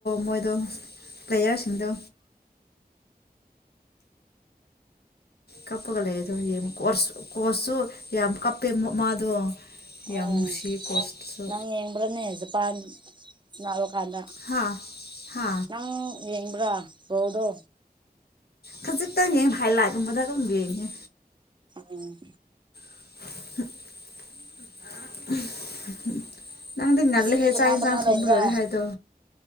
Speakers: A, on the left; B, on the right.
A: ꯃꯣꯏꯗꯣ ꯄ꯭ꯂꯦꯌꯔꯁꯤꯡꯗꯣ ꯀꯄꯒ ꯂꯩꯗꯣ ꯌꯦꯡꯉ ꯀꯣꯔꯁꯨ ꯌꯥꯝ ꯀꯞꯄꯦ ꯃꯥꯗꯣ
B: ꯑꯣ
A: ꯌꯥꯝ ꯅꯨꯡꯁꯤ ꯀꯣꯆꯇꯨꯁꯨ
B: ꯅꯪ ꯌꯦꯡꯕ꯭ꯔꯅꯦ ꯖꯄꯥꯟ ꯉꯥꯛꯂꯀꯥꯟꯗ
A: ꯍꯥ ꯍꯥ
B: ꯅꯪ ꯌꯦꯡꯕ꯭ꯔꯥ ꯔꯧꯗꯣ
A: ꯈꯖꯤꯛꯇꯪ ꯌꯦꯡ ꯍꯥꯏ ꯂꯥꯏꯀꯨꯝꯕꯗ ꯑꯗꯨꯝ ꯌꯦꯡꯉꯦ
B: ꯎꯝ
A: <inaudible> ꯅꯪꯗꯤ ꯉꯜꯂꯦꯍꯦ
B: ꯉꯁꯤꯗꯤ ꯀꯅꯥ
A: ꯆꯥꯛ ꯌꯦꯟꯁꯥꯡ
B: ꯀꯅꯥ
A: ꯊꯣꯝꯕ
B: ꯂꯩꯕ꯭ꯔꯥ
A: ꯂꯣꯏꯔꯦ ꯍꯥꯏꯗꯣ